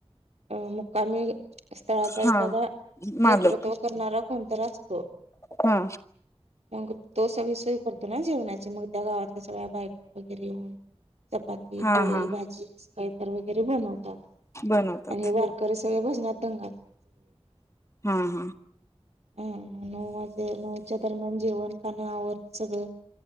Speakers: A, on the right; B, on the left.
A: अ मुक्कामी स्थळाचा
B: हा
A: एखादा
B: मालक
A: नेतृत्व करणारा कोणत असतो.
B: हा!
A: मग तो सगळी सोय करतो ना जेवणाची मग त्या गावातल्या सगळ्या बायका वगैरे येऊन चपाती
B: हा
A: पोळी
B: हा
A: भाजी आस काय तर वगैरे बनवतो आपण
B: बनवतात
A: आणि हे करे सगळे भजनात दंग <inaudible>
B: हा हा!
A: हा नऊ वाजे नऊच्या दरम्यान जेवण का नाही आवत सगळं.